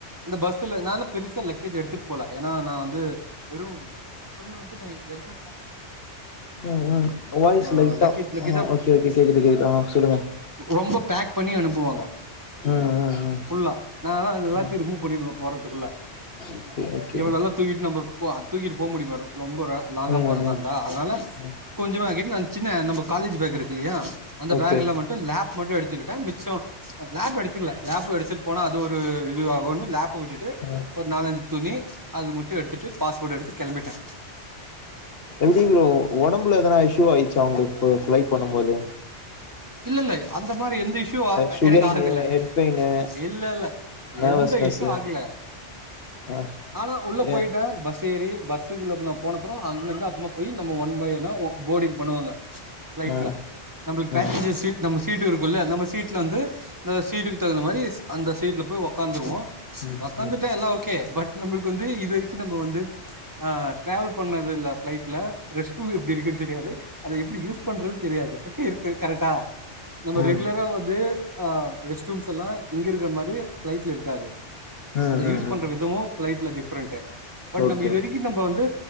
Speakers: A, on the right; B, on the left.
A: அந்த பஸ்ல நானு பெருசா லக்கேஜ் எடுத்துட் போல ஏன்னா நா வந்து வெறும் எப்பவுமே வந்து ந எந்த
B: ம் ம்
A: <inaudible>
B: வாய்ஸ் லைட்டா
A: லக்கேஜ் லக்கேஜா
B: அஹ் ஓகே ஓகே கேக்குது கேக்குது ஆஹ் சொல்லுங்க
A: ரொம்ப பேக் பண்ணி அனுப்புவாங்க
B: ம் ம் ம்
A: ஃபுல்லா நா அது எல்லாதி
B: ம்
A: ரிமூவ் பண்ணிடுவே போறத்துக்குள்ள
B: ஓகே ஓகே
A: இவளள்ளா
B: ஓகே
A: தூக்கிட் நம்ப போ அ தூக்கிட்டு போக முடியுமா ரொ ரொம்ப ரே லாங்கா
B: ம்
A: போறதான்ந்தா
B: ம்
A: அதுனால
B: ம்
A: கொஞ்சோ அங்கே அ சின்ன நம்ப காலேஜ் பேக் இருக் இல்யா அந்த
B: ஓகே
A: பேக்ல மட்டு லேப் மட்டு எடுத்துக்குட் டே மிச்சோ லேப் எடுத்துக்ல லேப்பு எடுத்துட் போன அது ஒரு இது ஆகோன்னு லேப்பு விட்டுட்டு
B: ம்
A: ஓர் நாலஞ்சு துணி அது மட்டு எடுத்துட்டு பாஸ்போர்ட் எடுத்து கெள்ம்பிட்டே
B: எப்டி ஒ உடம்புல எதனா இஷு ஆயிச் ட அவங்ளுக்கு பிளை பண்ணும்போது
A: இல்லல்லை அந்த மாரி எந்த இஷ்யூ ஆ
B: சுகரிங்கு
A: எனக்கு ஆகுல
B: ஹெட் பெயினு
A: இல்லல்ல
B: நர்வஸ்னஸ்ஸு
A: எந்த இஷ்யூ ஆகுல
B: ஆ
A: ஆனா உள்ள போயிட்டே
B: ஏ
A: பஸ் ஏறி பஸ்சுகுள்ள அப்ப நா போனப்புறோ அங்கந்து அப்மா போயி நம்மொ ஒன் பை யன்ன ஒ போர்டிங் பண்ணுவாங்க ஃப்ளைட்ல
B: ஆ
A: நம்ளுக் பேசன்ஜர்
B: ஆ
A: சீட் நம்ம சீட்டு இருக்குல்ல நம்ம சீட்லந்து ந்தா சீட்டுக்கு தகுந்த மாரீஸ் அந்த சீட்ல போய் ஒக்காந்துருவோ
B: ம் ம்
A: ஒக்காந்துட்டா
B: ம்
A: எல்லா ஓகே பட் நம்ளுக்கு வந்து இதுவரைக்கும் வரிக்கு நம்ப வந் து ஆ ட்ராவல் பண்ணது இல்ல ஃப்ளைட்ல ரெஸ்ட் ரூம் எப்டி இருக்குன் தெரியாது அத எப்டி யூஸ் பண்றதுன் தெரியாது திர் கரெட்டா நம்ம
B: ம்
A: ரெக்லரா வந்தூ ஆ ரெஸ்ட் ரூம்ஸ் எல்லா இங்க இருக்க மாரி ஃப்ளைட்ல இருக் காது
B: ம்
A: அத
B: ம்
A: யூஸ்
B: ம்
A: பன்ற விதமு ஃப்ளைட்ல டிஃப்ரண்டு பட்
B: ஓகே
A: நம் இது வரிக்கு நம்போ வந்து